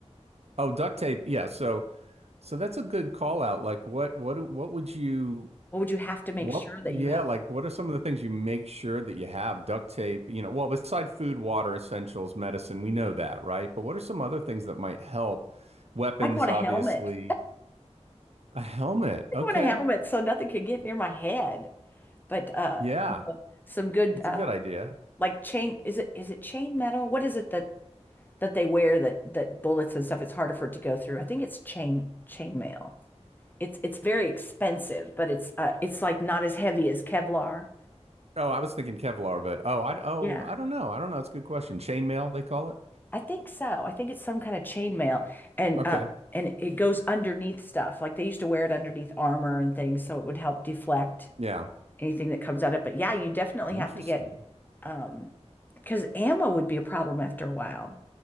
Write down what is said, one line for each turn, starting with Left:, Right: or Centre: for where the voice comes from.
Right: Oh, duct tape. Yeah. So, so that's a good call out. Like, what, what, what would you,
Left: What would you have to make
Right: what,
Left: sure that
Right: yeah,
Left: you had?
Right: like, what are some of the things you make sure that you have? Duct tape, you know, well, beside food, water, essentials, medicine, we know that, right? But what are some other things that might help? Weapons,
Left: I'd want
Right: obviously.
Left: a helmet.
Right: A helmet.
Left: I'd
Right: Okay.
Left: want a helmet so nothing could get near my head. But uh
Right: Yeah.
Left: some good
Right: It's
Left: uh
Right: a good idea.
Left: like chain is it is it chain metal? What is it that that they wear that that bullets and stuff it's harder for it to go through? I think it's chain chain mail. It's it's very expensive, but it's uh it's like not as heavy as Kevlar.
Right: Oh, I was thinking Kevlar, but oh, I, oh,
Left: Yeah.
Right: I don't know. I don't know. That's a good question. Chainmail, they call it.
Left: I think so. I think it's some kind of chainmail, and
Right: Okay.
Left: uh, and it goes underneath stuff. Like they used to wear it underneath armor and things, so it would help deflect
Right: Yeah.
Left: anything that comes at it. But yeah, you definitely
Right: Interesting.
Left: have to get um, because ammo would be a problem after a while.